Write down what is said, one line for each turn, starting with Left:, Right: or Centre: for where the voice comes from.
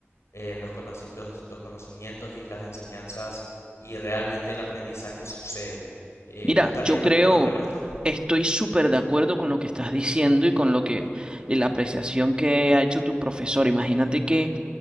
Left: en los, conoci- los, los conocimientos y las enseñanzas y realmente el aprendizaje sucede. Eh,
Right: Mira,
Left: ¿tú estarías
Right: yo creo,
Left: de acuerdo con eso?
Right: estoy súper de acuerdo con lo que estás diciendo y con lo que eh, la apreciación que ha hecho tu profesor. Imagínate que